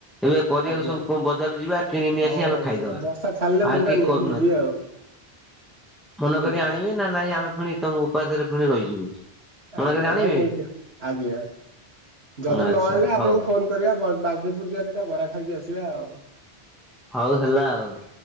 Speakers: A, in the centre; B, on the right (about 80°).
A: ଏବେ କରିବାକୁ
B: ଆଜ୍ଞା
A: ସବୁ, ବଜାର ଯିବା କିଣକି ନେଇଆସିବା,
B: ହଉ
A: ଆମେ ଖାଇଦବା।
B: ବର୍ଷା ଛାଡିଲେ ମୁଁ
A: ଆଉ
B: ଦିଟା
A: କିଏ
B: ନେଇକି
A: କରୁନାହାନ୍ତି,
B: ଯିବି ଆଉ
A: ମନେ
B: ବୁଝିଲେ
A: କରି ଆଣିବେ ନା ନାଇଁ, ଆମେ ପୁଣି ତମ ଉପାସରେ ପୁଣି ରହିଯିବୁ। ମନେ
B: ଆଜ୍ଞା,
A: କରି ଆଣିବେ
B: ନା ନେଇକି, ଆଜ୍ଞା, ଯଦି ନ
A: ଆଚ୍ଛା
B: ଆଣିଲେ ଆପଣଙ୍କୁ
A: ହଉ
B: ଫୋନ କ କରିବା, ବ ବାଯେପୁର ଯିବା ଦିଟା ବରା ଖାଇକି ଆସିବା ଆଉ।
A: ହଉ ହେଲା ଆଉ,